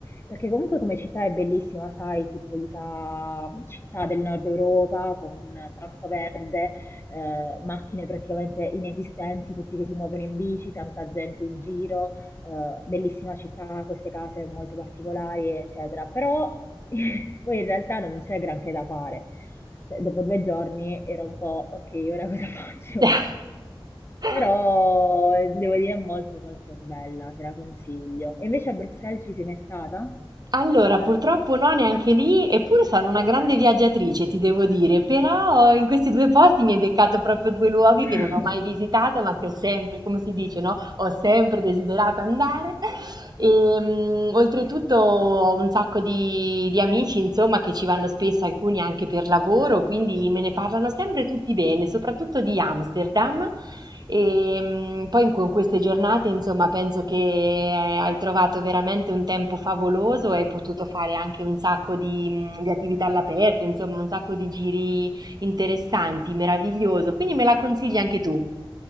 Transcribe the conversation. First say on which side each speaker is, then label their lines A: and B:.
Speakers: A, on the left; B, on the right.
A: perché comunque come città è bellissima, sai, tipica città del nord Europa con tanto verde, eh, macchine praticamente inesistenti, tutti che si muovono in bici, tanta gente in giro, eh, bellissima città, queste case molto particolari, eccetera. Però <laughs> poi in realtà non c'è granché da fare. Cioè, dopo due giorni era un po', ok, ora cosa <laughs> faccio?
B: <laughs>
A: Però eh, devo dire è molto molto bella, te la consiglio. E invece a Bruxelles ci sei mai stata?
B: Allora, purtroppo no, neanche lì, eppure sono una grande viaggiatrice, ti devo dire, però in questi due posti mi hai beccato proprio due luoghi
A: <laughs>
B: che non ho mai visitato, ma che ho sempre, come si dice, no? Ho sempre desiderato andare. E, mm, oltretutto ho un sacco di, di amici, insomma, che ci vanno spesso, alcuni anche per lavoro, quindi me ne parlano sempre tutti bene, soprattutto di Amsterdam. Ehm, poi in con queste giornate, insomma, penso che eh, hai trovato veramente un tempo favoloso e hai potuto fare anche un sacco di, mhmm, di attività all'aperto, insomma, un sacco di giri interessanti, meraviglioso. Quindi me la consigli anche tu?